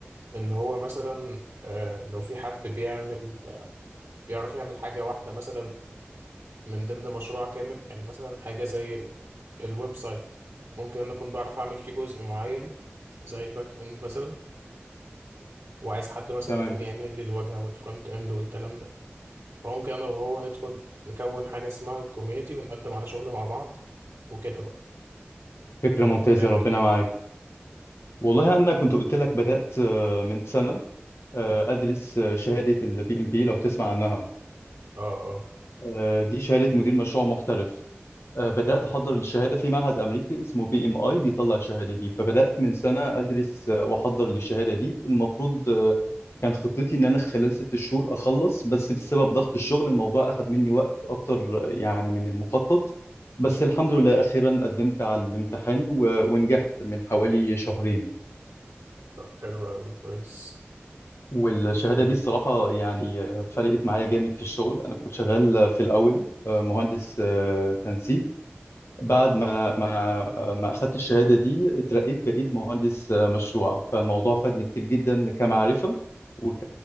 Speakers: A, on the right; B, on the left.
A: ان هو مثلا آه، لو في حد بيعمل آه، بيعرف يعمل حاجه واحده مثلا من ضمن مشروع كامل يعني مثلا حاجة زي ال- الويب سايت ممكن أنا أكون بعرف أعمل فيه جزء معين زي الباك إند مثلا وعايز حد مثلا
B: تمام
A: تاني يعمل لي الواجهة والفرونت إند والكلام ده فممكن أنا وهو ندخل نكون حاجة اسمها الكوميونيتي ونقدم على شغل مع بعض وكده بقى
B: فكرة
A: أنت
B: ممتازة
A: بتعمل
B: ربنا
A: إيه؟
B: معاك والله انا كنت قلت لك بدأت آه، من سنة آه، ادرس آه، شهادة البي ام بي لو تسمع عنها
A: آه آه
B: آه، دي شهادة مدير مشروع محترف آه، بدأت أحضر للشهادة في معهد أمريكي اسمه بي إم آي بيطلع الشهادة دي فبدأت من سنة أدرس آه، وأحضر للشهادة دي المفروض آه، كان خطتي إن أنا خلال ست شهور أخلص بس بسبب ضغط الشغل الموضوع أخذ مني وقت أكتر آه، يعني من المخطط بس الحمد لله أخيرا قدمت على الامتحان و- ونجحت من حوالي شهرين
A: طب حلو أوي كويس
B: والشهادة
A: والفول
B: دي الصراحة يعني آه، فرقت معايا جامد في الشغل أنا كنت شغال في الأول آه، مهندس آه، تنسيق بعد ما ما ما اخدت الشهاده دي اترقيت بقيت مهندس مشروع فالموضوع فادني كتير جدا كمعرفه وك